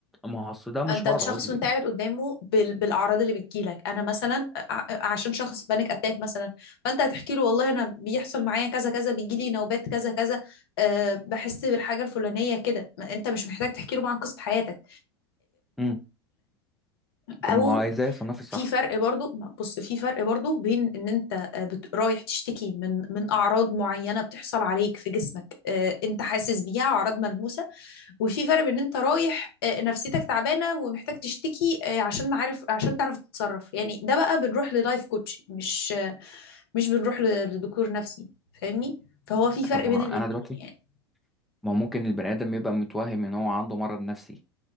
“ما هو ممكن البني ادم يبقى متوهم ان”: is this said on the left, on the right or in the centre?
Centre